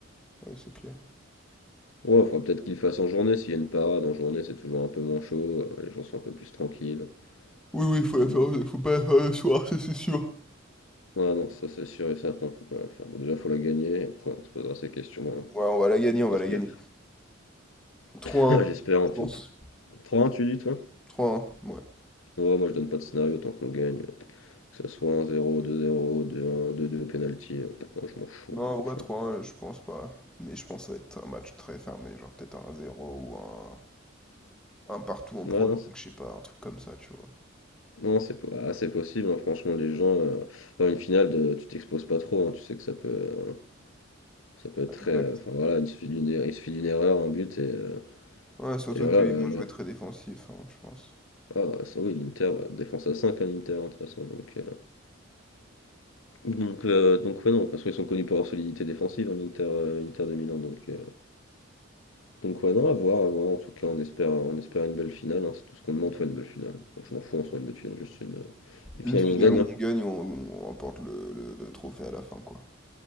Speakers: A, in the centre; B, on the left.
A: Ouais, c'est clair.
B: Ouais, faudra peut-être qu'il fasse en journée, s'il y a une parade en journée, c'est toujours un peu moins chaud, euh, les gens sont un peu plus tranquilles.
A: Oui, oui, faut
B: Donc
A: la faire,
B: bon.
A: faut pas la faire le soir, <laughs> ça c'est sûr.
B: Ouais, non, ça c'est sûr et certain, faut pas la faire. Bon, déjà, faut la gagner, et après on se posera ces questions. hein.
A: Ouais, on va la gagner, on va
B: On se
A: la
B: pose-
A: gagner. trois
B: <laughs> J'espère
A: 1
B: en
A: je
B: tout.
A: pense.
B: 3-1, tu dis toi?
A: trois 1 ouais.
B: Ouais, moi je donne pas de scénario tant qu'on gagne. Que ce soit un zéro deux zéro deux un deux deux au penalty, euh, oh, je m'en fous,
A: Non,
B: hein, franchement.
A: en vrai, trois 1 je pense pas. Mais je pense que ça va être un match très fermé, genre peut-être un zéro ou un Un partout en
B: Ouais,
A: prolongue,
B: non, c'est
A: je sais pas, un truc comme ça, tu vois.
B: non, c'est po- ah, c'est possible, hein, franchement, les gens. euh, Enfin, une finale, de, tu t'exposes pas trop, hein, tu sais que ça peut, euh, ça peut être
A: Ouais,
B: très.
A: exact.
B: euh, Enfin, voilà, il suffit d'une er- il suffit d'une erreur, un but, et, euh,
A: Ouais, surtout
B: et voilà.
A: qu'ils
B: euh,
A: vont jouer
B: là-
A: très défensif, hein, je pense.
B: ah, ça, oui, l'Inter, ouais, défense à 5 hein, l'Inter, hein, de toute façon. Donc, euh, donc, euh, donc, ouais, non, parce qu'ils sont connus pour leur solidité défensive, hein, l'Inter euh, Inter de Milan, donc. euh, Donc ouais, non, à voir, à voir. En tout cas, on espère, on espère une belle finale. hein. C'est tout ce qu'on demande, soit une belle finale. Bon, je m'en fous, on soit une belle finale, juste une, une
A: Une
B: finale
A: finale
B: où on gagne.
A: où
B: hein.
A: on gagne, on, on remporte le, le- le trophée à la fin, quoi.